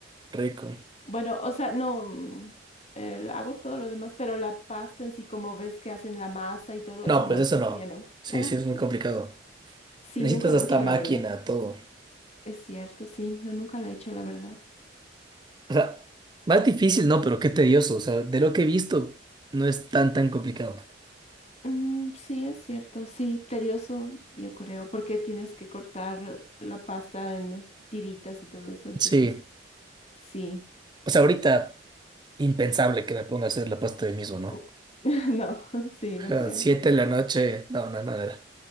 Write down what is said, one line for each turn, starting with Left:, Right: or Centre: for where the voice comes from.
Right: Rico.
Left: Bueno, o sea, no, mm, eh, hago todo lo demás, pero la pasta en sí, como ves que hacen la masa y todo
Right: No,
Left: eso, no,
Right: pues eso
Left: eso
Right: no.
Left: ya no.
Right: Sí,
Left: Ajá,
Right: sí, es muy
Left: sí.
Right: complicado.
Left: Sí,
Right: Necesitas
Left: nunca lo
Right: hasta
Left: he hecho,
Right: máquina,
Left: la verdad.
Right: todo.
Left: Es cierto, sí, no, nunca la he hecho, la verdad.
Right: O sea, más difícil, no, pero qué tedioso. O sea, de lo que he visto, no es tan, tan complicado.
Left: Mm, sí, es cierto, sí, tedioso, yo creo, porque tienes que cortar la pasta en tiritas y todo eso, entonces,
Right: Sí.
Left: sí.
Right: O sea, ahorita, impensable que me ponga a hacer la pasta de mismo, ¿no?
Left: <laughs> No, <laughs> sí, no
Right: A
Left: creo.
Right: siete de la noche, no, no hay manera.